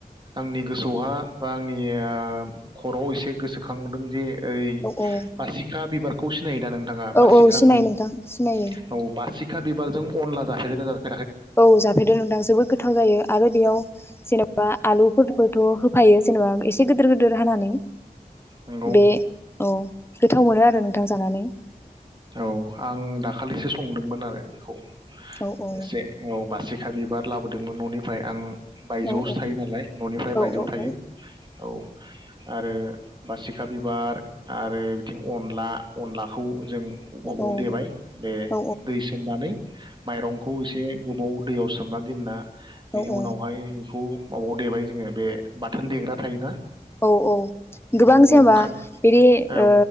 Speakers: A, on the right; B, on the left.
A: आंनि गोसो आवहा बा आंनि खराव एसे गोसोखांदों जे ओरै
B: औ औ
A: बासिखा बिबार खौ सिनायो दा नों थाङा
B: औ
A: बासिखा
B: औ सिनायो
A: बिबार
B: नोंथां सिनायो
A: औ बासि खा बिबारजों अनला जाफेरगोन ना जा
B: औ जाफेरदो नोंथां जोबोद गोथाव जायो आरो बेयाव जेनबा आलुफोरबोथ' हो फायो जेनेबा एसे गोदोर गोदोर हानानै
A: नंगौ
B: बे औ गोथाव मोनो आरो नोंथां जानानै
A: औ आं दाखालिसो संदोंमोन आरो बेखौ
B: औ औ
A: एसे औ बासिखा बिबार लाबोदोंमोन न'निफ्राय आं बायजोआवसो
B: औ
A: थायो नालाय न'निफ्राय बायजोआव
B: औ
A: थायो
B: औ
A: औ आरो बासिखा बिबार आरो बिथिं अनला अनलाखौ जों अबाबाव
B: औ
A: देबाय बे
B: औ
A: दै सोमनानै माइरंखौ एसे गोबाव दैयाव सोमना दोनना बेनि
B: औ
A: उनावहाय बेखौ माबाव देबाय जोङो बे बाथोन देग्रा थायोना
B: औ औ गोबां
A: औ
B: जेनेबा
A: खां
B: बिदि
A: औ
B: ओ